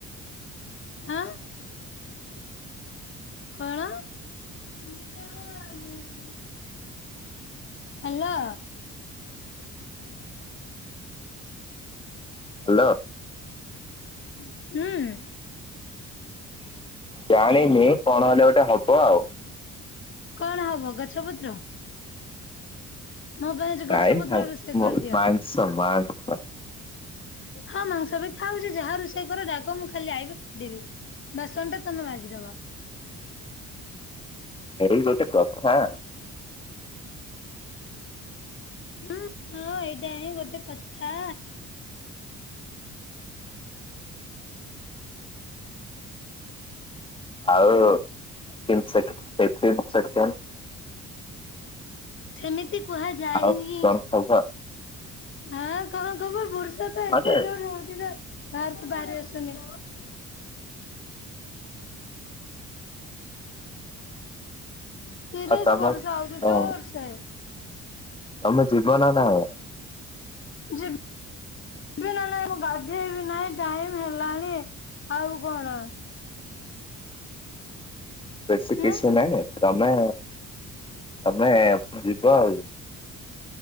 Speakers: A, on the left; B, on the left.
A: ଆଁ। କଣ <inaudible> ହାଲୋ।
B: ହେ। ଲୋ
A: ହୁଁ
B: ଜାଣିନି କଣ ହେଲେ ଗୋଟେ ହବ ଆଉ।
A: କଣ ହବ ଗଛ ପତ୍ର। ମୋ ପାଇଁ ଆଜି
B: ନାଇଁ
A: ଗଛ ପତ୍ର ରୋଷେଇ କରିଦିଅ।
B: ମାଂସ ମାଂସ
A: ହଁ ମାଂସ ବି ଖାଉଛି ଯାହା ରୋଷେଇ କର ଡାକ ମୁଁ ଖାଲି ଆଇି ଖାଇଦେବି। ବାସନ ଟା ତମେ ମାଜିଦବ।
B: <inaudible> ଏଇ ଗୋଟେ କଥା।
A: ହୁଁ ହଁ ଏଇଟା ହିଁ ଗୋଟେ କଥା।
B: ଆଉ ସେକେଣ୍ଡ୍ <unintelligible>
A: ସେମିତି କୁହାଯାଏନି।
B: ଆଉ କଣ ଖବର
A: ହଁ କଣ କବ ବର୍ଷା ତ
B: ହଁ
A: ଏତେ
B: ଯେ
A: ଜୋର୍ ହଉଛି ନା ବାଆର୍କୁ ବାଆରି ଆସୁନି। ତିରିଶ୍
B: ଆଉ ତମ
A: ବର୍ଷ ଆଉଛି
B: ହଁ
A: ଜୋର୍ସେ
B: ତମ ଜୀବନ ନା
A: ଯେ ନା ନାଇଁ ମୁଁ ଗାଧ୍ୟେଇବି ନାହିଁ ଟାଇମ ହେଲାଣି ଆଉ କଣ?
B: ସ୍ପେସିଫିକସନ
A: ହୁଁ
B: ଆ ତମେ ତମେ ଯିବା ଆଉ